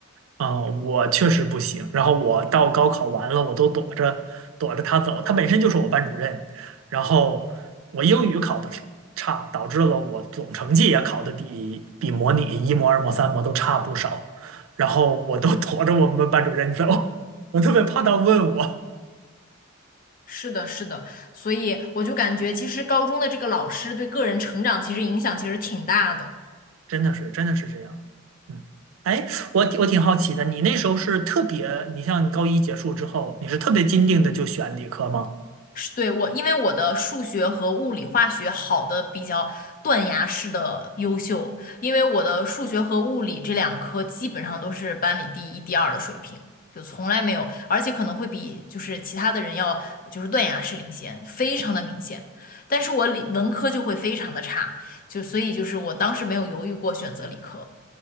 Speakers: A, on the right; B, on the left.
A: 啊，我确实不行。然后我到高考完了，我都躲着躲着他走。他本身就是我班主任，然后我英语考的差，导致了我总成绩也考的比比模拟一模、二模、三模都差不少。然后我都 <laughs> 躲着我们班主任走，<laughs> 我特别怕他问我。
B: 是的，是的，所以我就感觉其实高中的这个老师对个人成长其实影响其实挺大的。
A: 真的是，真的是这样。嗯，哎，我我挺好奇的，你那时候是特别，你像高一结束之后，你是特别坚定的就选理科吗？
B: 对，我，因为我的数学和物理、化学好的比较断崖式的优秀，因为我的数学和物理这两科基本上都是班里第一、第二的水平，就从来没有，而且可能会比就是其他的人要就是断崖式领先，非常的明显。但是我理文科就会非常的差，就所以就是我当时没有犹豫过选择理科。